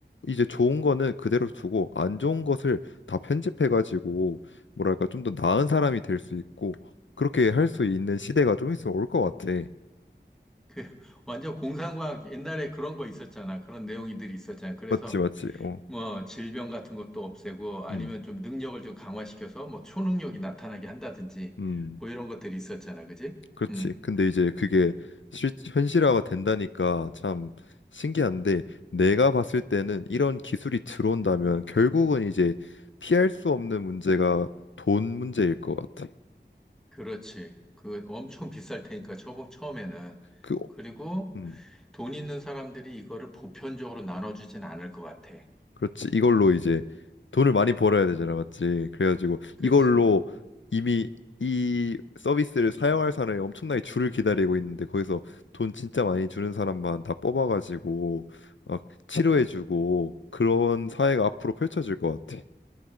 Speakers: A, on the left (about 90°); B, in the centre.
A: 이제 좋은 거는 그대로 두고 안 좋은 것을 다 편집해가지고 뭐랄까 좀 더 나은 사람이 될 수 있고 그렇게 할 수 있는 시대가 좀 있으면 올 것 같아.
B: 그 <laughs> 완전 공상과학 옛날에 그런 거 있었잖아. 그런 내용들이 있었잖아. 그래서
A: 맞지, 맞지. 어.
B: 뭐 질병 같은 것도 없애고 아니면
A: 음,
B: 좀 능력을 좀 강화시켜서 뭐 초능력이 나타나게 한다든지
A: 음,
B: 뭐 이런 것들이 있었잖아. 그지?
A: 그렇지.
B: 음,
A: 근데 이제 그게 실, 현실화가 된다니까 참 신기한데 내가 봤을 때는 이런 기술이 들어온다면 결국은 이제 피할 수 없는 문제가 돈 문제일 것 같아.
B: 그렇지. 그 엄청 비쌀 테니까 처, 처음에는.
A: 그, 어,
B: 그리고
A: 음.
B: 돈 있는 사람들이 이거를 보편적으로 나눠주진 않을 것 같아.
A: 그렇지. 이걸로 이제 돈을 많이 벌어야 되잖아, 맞지? 그래가지고
B: 그렇지.
A: 이걸로 이미 이 서비스를 사용할 사람이 엄청나게 줄을 기다리고 있는데 거기서 돈 진짜 많이 주는 사람만 다 뽑아가지고 막 치료해주고 그런 사회가 앞으로 펼쳐질 것 같아.